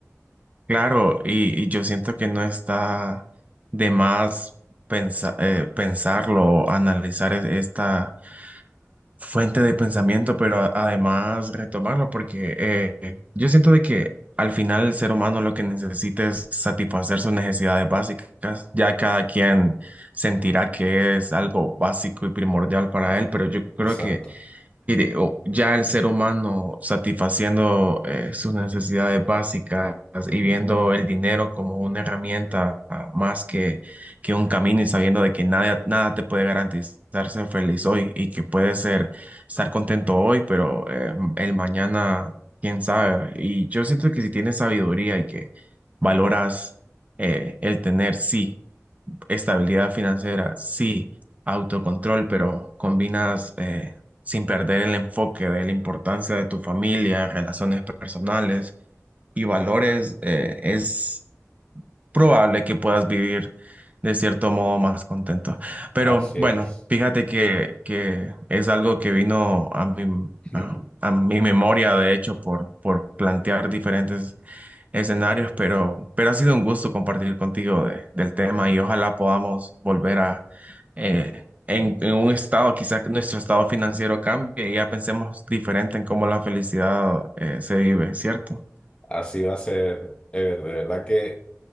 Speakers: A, on the right (about 30°); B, on the left (about 20°).
A: claro, y, y yo siento que no está de más pensa- eh, pensarlo, analizar e- esta fuente de pensamiento, pero a- además retomarlo, porque eh, eh, yo siento de que al final el ser humano lo que necesita es satisfacer sus necesidades básicas. Ya cada quien sentirá que es algo básico y primordial para él, pero yo creo
B: Exacto.
A: que y de- o ya el ser humano satisfaciendo eh, sus necesidades básicas y viendo el dinero como una herramienta ah, más que, que un camino y sabiendo de que nada, nada te puede garantizar ser feliz hoy y que puede ser estar contento hoy, pero eh, el mañana, quién sabe. Y yo siento que si tienes sabiduría y que valoras eh, el tener, sí. Estabilidad financiera, sí, autocontrol, pero combinas eh, sin perder el enfoque de la importancia de tu familia, relaciones personales y valores, eh, es probable que puedas vivir de cierto modo más contento. Pero
B: Así
A: bueno,
B: es.
A: fíjate que, que es algo que vino a mi,
B: <laughs>
A: a, a mi memoria, de hecho, por, por plantear diferentes escenarios, pero, pero ha sido un gusto compartir contigo de- del tema y ojalá podamos volver a, eh, en, en un estado, quizás nuestro estado financiero cambie y ya pensemos diferente en cómo la felicidad eh, se vive, ¿cierto?
B: Así va a ser, Ever. De verdad que